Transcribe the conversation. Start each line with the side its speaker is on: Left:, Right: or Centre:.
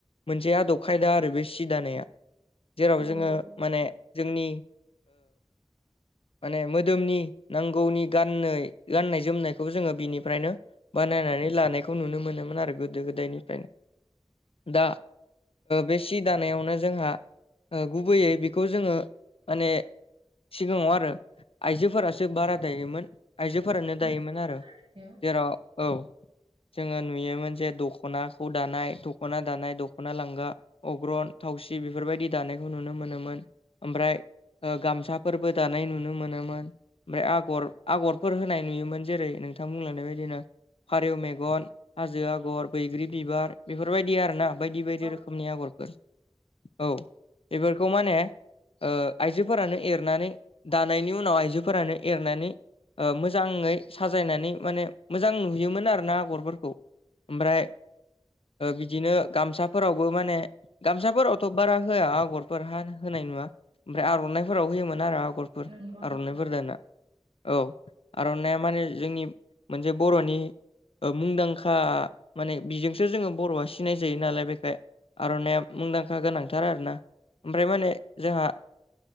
Left: मोनसे आदब खायदा आरो बे सि दानाया जेराव
Right: नंगौ
Left: जोङो
Right: नोंथां।
Left: माने जोंनि माने मोदोमनि नांगौनि गान गाननाय जोमनायखौबो जोङो बिनिफ्रायनो बानायनानै लानायखौ नुनो मोनोमोन आरो गोदो गोदायनिफ्रायनो दा बेसे दानायावनो जोंहा गुबैयै बेखौ जोङो माने सिगाङाव आरो आइजोफोरासो बारा दायोमोन। आइजोफोरानो दायोमोन
Right: नंगौ
Left: आरो
Right: थारैनो।
Left: जेराव औ जोङो नुयोमोन जे दख'नाखौ दानाय दख'ना दानाय दख'ना लांगा अग्रन थावसि बेफोरबायदि दानायखौ नुनो मोनोमोन ओमफ्राय गामसाफोरबो दानाय नुनो मोनोमोन। ओमफ्राय आगर आगरफोर होनाय नुयोमोन जेरै नोंथां बुंलांनायबायदिनो फारिौ मेगन हाजो आगर बैग्रि बिबार बेफोरबायदि आर ना बायदि बायदि
Right: औ
Left: रोखोम औ बेफोरखौ माने आइजोफोरानो एरनानै दानायनि उनाव आइजोफोरानो एरनानै मोजाङै साजायनानै माने मोजां नुयोमोन आर ना आगरफोरखौ ओमफ्राय बिदिनो गामसाफोरावबो माने गामसाफोरावथ' बारा होआ आगरफोर ह होनाय नुवा ओमफ्राय आर'नाइफोराव होयोमोन आरो आगर फोरफोर
Right: नंगौ नोंथां।
Left: आर'नाइफोर दाना औ आर'नानायइा माने जोंनि मोनसे बर'नि मुंदांखा माने बिजोंसो जोङो बर'आ सिनाय जायो नालाय बेखाय आर'नाइया मुंदांखा गोनांथार आरोना ओमफ्राय माने जोंहा